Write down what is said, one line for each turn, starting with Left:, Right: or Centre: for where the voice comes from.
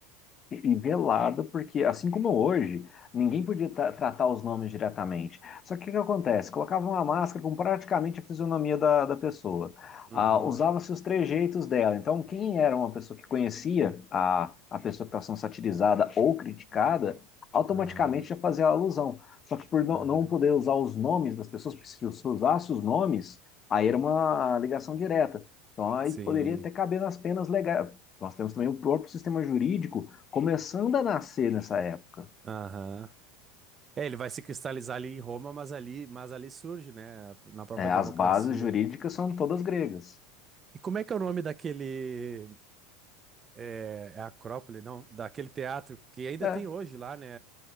Left: E e velado, porque assim como hoje, ninguém podia tra- tratar os nomes diretamente. Só que o que que acontece? Colocavam uma máscara com praticamente a fisionomia da, da pessoa.
Right: Uhum,
Left: Ah, usava-se os trejeitos dela. Então, quem era uma pessoa que conhecia a, a pessoa que estava sendo satirizada ou criticada, automaticamente
Right: aham,
Left: já fazia a alusão. Só que por não,
Right: aham,
Left: não poder usar os nomes das pessoas, porque se se usasse os nomes, aí era uma ligação direta. Então, aí
Right: sim,
Left: poderia até caber nas penas legais. Nós temos também o próprio sistema jurídico começando a nascer nessa época.
Right: aham. É, ele vai se cristalizar ali em Roma, mas ali, mas ali surge, né, na própria
Left: É,
Right: democracia.
Left: as bases jurídicas são todas gregas.
Right: E como é que é o nome daquele, é, é Acrópole, não? Daquele teatro que ainda
Left: É.
Right: tem hoje lá, né,